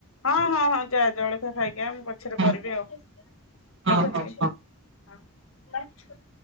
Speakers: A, on the left; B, on the right.
A: ହଁ ହଁ ହଁ ଯା ଜଳଖିଆ ଖାଇକି ଆ ମୁଁ ପଛରେ କରିବି
B: ହଁ
A: ଆଉ
B: ହଁ
A: ରଖୁଛି।
B: ହଁ ହଁ।
A: <unintelligible>